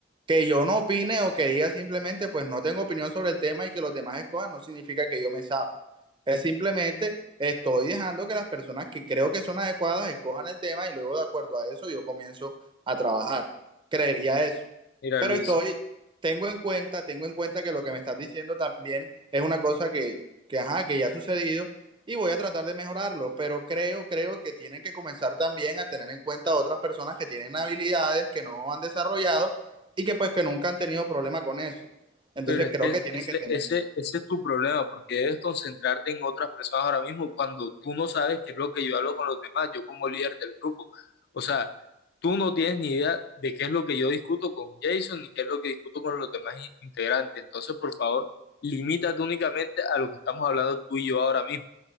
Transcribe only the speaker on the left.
Mira,
Luis.
Pero es
que
ese,
ese, ese es tu problema, porque debes concentrarte en otras personas ahora mismo cuando tú no sabes qué es lo que yo hablo con los demás, yo como líder del grupo. O sea, tú no tienes ni idea de qué es lo que yo discuto con Jason ni qué es lo que discuto con los demás in- integrantes. Entonces, por favor, limítate únicamente a lo que estamos hablando tú y yo ahora mismo